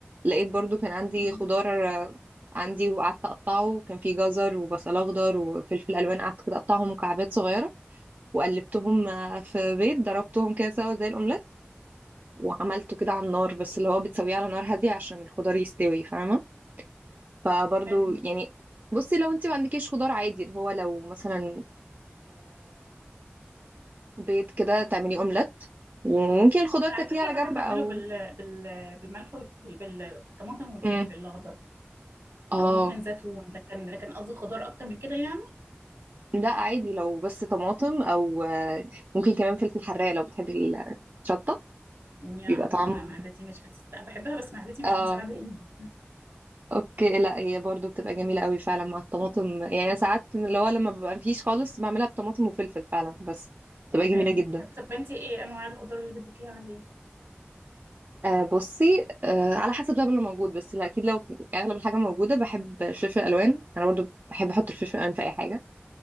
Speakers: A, on the right; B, on the right.
A: لقيت برضو كان عندي
B: مم.
A: خضار آه، عندي وقعدت اقطعه كان في جزر وبصل اخضر وفلفل الوان قعدت كده اقطعهم مكعبات صغيره وقلبتهم آه، في بيض ضربتهم كده سوا زي الاومليت وعملته كده على النار بس اللي هو بتسويه على نار هاديه عشان الخضار يستوي فاهمه فبرضو
B: حلو
A: يعني بصي لو انت ما عندكيش خضار عادي اللي هو لو مثلا بيض كده تعملي اومليت وممكن الخضار
B: انا
A: تاكليه
B: على فكرة
A: على جنب
B: بحب
A: او
B: اعمله بال... بال... بالملح وبال... بالطماطم والفلفل
A: مم.
B: الاخضر
A: اه
B: او ممكن زيتون لكن لكن قصدي خضار اكتر من كده يعني
A: لا عادي لو بس طماطم او آه، ممكن كمان فلفل حراق لو بتحبي الشطه
B: يعني
A: بيبقى طعم
B: ما- معدتي مش بتست... بحبها بس معدتي
A: اه
B: مش مساعداني
A: اوكي لا هي برضو بتبقى جميله قوي فعلا مع الطماطم يعني أنا ساعات اللي هو لما ببقى مفيش خالص بعملها بطماطم وفلفل فعلا بس بتبقى جميله
B: حلو
A: جدا
B: حلو. طب انتي ايه انواع الخضار اللي بتضيفيها عليه
A: آه بصي آه على حسب بقى اللي موجود بس لا اكيد لو اغلب الحاجه موجوده بحب الفلفل الالوان انا برضو بحب احط الفلفل الالوان في اي حاجه